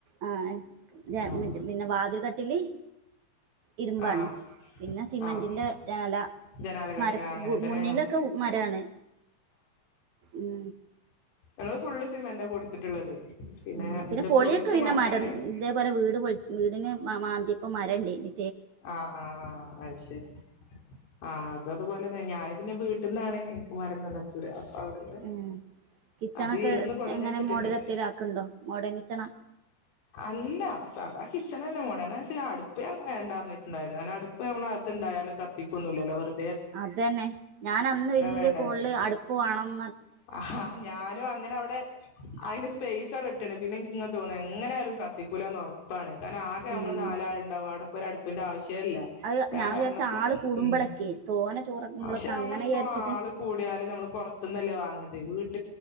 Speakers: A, on the right; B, on the left.
A: ആ ജ
B: ആഹ്
A: മറ്റേ പിന്നെ വാതിൽ കട്ടില് ഇരുമ്പാണ്
B: ആഹ്
A: പിന്നെ സിമെന്റിന്റെ
B: ആഹ്
A: ജനല
B: ജനാലക്കട്ടില്
A: മര
B: ആഹ് അങ്ങനെ തന്നെ
A: മുന്നിലൊക്കെ മരാണ് മ്മ്
B: ഞങള് ഫുള്ള് സിമെന്റാ കൊടുത്തിട്ടുള്ളത്
A: മ്മ് പിന്നെ
B: ഇത്
A: പൊളിയൊക്കെ
B: പൊളിക്ക്
A: പിന്നെ
B: മാത്രാണ്
A: മരം തേപോലെ വീട് പൊൾ വീടിന് മാന്തിയപ്പം മരം ഇണ്ടേയിനി
B: അ അ അ അഹ് ശരി അ ഇതതുപോലെന്നെ ഞാന് പിന്നെ വീട് ട്ട്ന്നാണ് ഇൻക്ക് മരം തന്ന്ട്ട്ണ്ട് സൗണ്ടില്ല
A: ഉം കിച്ചണൊക്കെ
B: അത് ഈർന്നു കൊട്ന്വച്ചിട്ടുണ്ട്
A: എങ്ങനെ മോഡലെത്തിലാക്കുണ്ടോ മോഡേൺ കിച്ചണാ
B: അല്ല സാധാ കിച്ചനെന്നെ മോടേനെചടുപ് പ്യാർ വേണ്ടാ ഞട്ട്ണ്ടായിരുന്നു കാരണടുപ്പ് നമ്മള് അകത്തുണ്ടായാലും കത്തിക്കൊന്നുല്ലല്ലോ വെറ്
A: അതന്നെ ഞാന അന്ന് വല്യ
B: വേണ്ടാച്ചു
A: കോള്ല് അടുപ്പ് വാണം
B: ആഹാ ഞാനും അങ്ങനെ അവിടെ അയിന് സ്പൈസവടെട്ട്ണ് പിന്നെ ൻക്ക് ങ്ങ തോന്ന എങ്ങനെയാലും കത്തിക്കൂലാന്നൊറപ്പാണ് കാരണം ആകെമ്മള്
A: ഉം
B: നാലാള്ണ്ടാവും അവിടെപ്പൊരട്പ്പ് ന്റെആവിശ്യ വിശ്യല്ല
A: അത്
B: ഞാപറഞ്ഞപ്പോ
A: ഞാൻ വിചാരിച്ച ആള് കൂടുമ്പളൊക്കെ
B: ഉം
A: തോനെ ചോറാക്കുമ്പളൊക്കെ
B: ക്ഷെ നമ്മളിപ്പോ
A: അങ്ങനെ വിചാരിച്ചിട്ട്
B: ആള് കൂടിയാല് നമ്മള്പൊറത്ത് ന്നല്ലേ വാ ണത് വീട്ട്